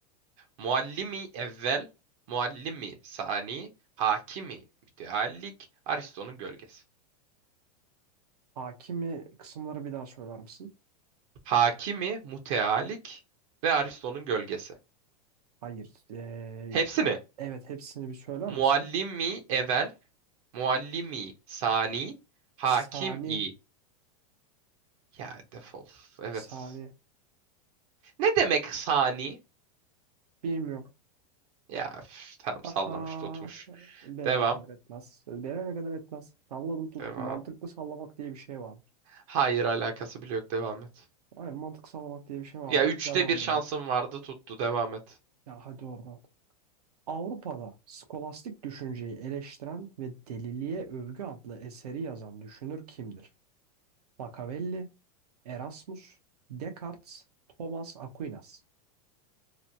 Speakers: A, on the right; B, on the right.
A: Muallimi evvel, muallimi sani, hakimi müteallik, Aristo'nun gölgesi.
B: Hakimi kısımları bir daha söyler misin?
A: Hakimi müteallik ve Aristo'nun gölgesi.
B: Hayır. Ee,
A: Hepsini
B: evet hepsini bir söyler misin?
A: muallimi evvel, muallimi sani, hakimi
B: Sani.
A: ya defol. Evet.
B: Sani.
A: Ne demek sani?
B: Bilmiyorum.
A: Ya üf, tamam sallamış
B: Aha.
A: tutmuş.
B: Beni
A: Devam.
B: alakadar etmez. Beni alakadar etmez. Salladım tuttum.
A: Devam.
B: Mantıklı sallamak diye bir şey vardır.
A: Hayır alakası bile yok. Devam et.
B: Hayır mantıklı sallamak diye bir şey vardır.
A: Ya üçte
B: Devam
A: bir şansım
B: edelim.
A: vardı tuttu. Devam et.
B: Ya hadi oradan. Avrupa'da skolastik düşünceyi eleştiren ve Deliliğe Övgü adlı eseri yazan düşünür kimdir? Machiavelli, Erasmus, Descartes, Thomas Aquinas.